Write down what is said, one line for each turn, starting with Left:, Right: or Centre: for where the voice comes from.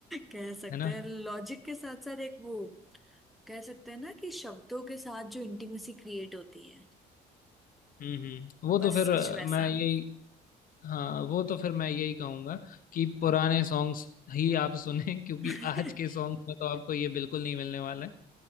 Centre: कह सकते
Left: है ना
Centre: हैं लॉजिक के साथ साथ एक वो कह सकते हैं ना कि शब्दों के साथ जो इंटीमेसी क्रिएट होती है
Left: हम्म हम्म वो
Centre: बस
Left: तो फिर
Centre: कुछ
Left: अ,
Centre: वैसा
Left: मैं यही हाँ वो तो फिर मैं यही कहूंगा कि पुराने सॉन्ग्स ही आप सुने क्योंकि
Centre: <laughs>
Left: आज के सॉन्ग्स में तो आपको ये बिल्कुल नहीं मिलने वाला है